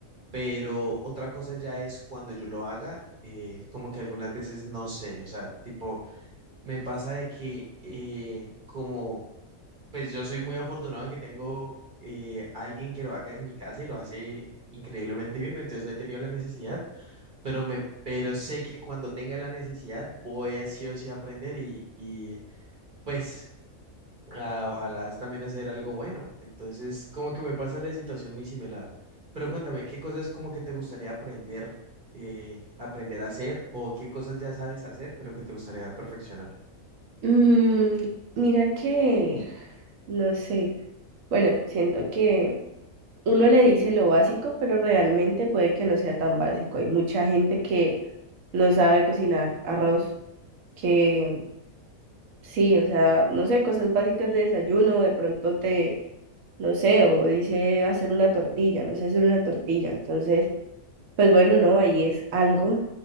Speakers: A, on the right; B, on the right.
A: pero otra cosa ya es cuando yo lo haga, eh, como que algunas veces no sé, o sea, tipo, me pasa de que eh, como, pues yo soy muy afortunado de que tengo... eh, alguien que lo haga en mi casa y lo hace increíblemente bien, entonces no he tenido la necesidad, pero me, pero sé que cuando tenga la necesidad voy a sí o sí a aprender y, y pues ah, ojalá también hacer algo bueno. Entonces, como que me pasa la situación muy similar. Pero cuéntame, ¿qué cosas como que te gustaría aprender, eh, aprender a hacer o qué cosas ya sabes hacer, pero que te gustaría perfeccionar?
B: Mm, mira que, no sé, bueno, siento que uno le dice lo básico, pero realmente puede que no sea tan básico. Hay mucha gente que no sabe cocinar arroz, que sí, o sea, no sé, cosas básicas de desayuno, de pronto te no sé, o dice hacer una tortilla, no sé hacer una tortilla. Entonces, pues bueno, no, ahí es algo.